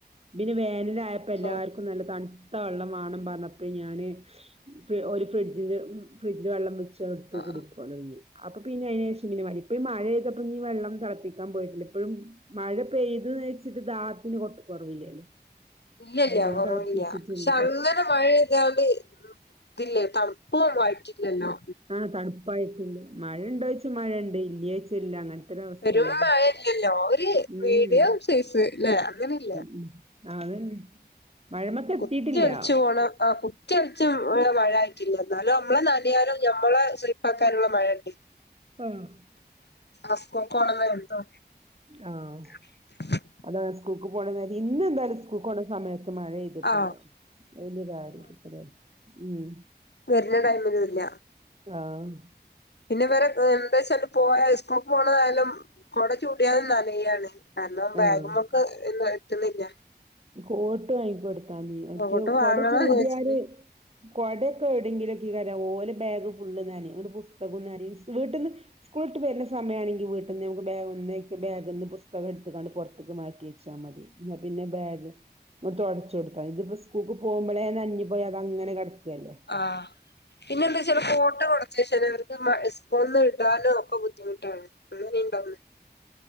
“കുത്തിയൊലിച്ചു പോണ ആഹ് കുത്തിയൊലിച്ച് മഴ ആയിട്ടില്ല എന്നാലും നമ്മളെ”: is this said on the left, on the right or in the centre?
Left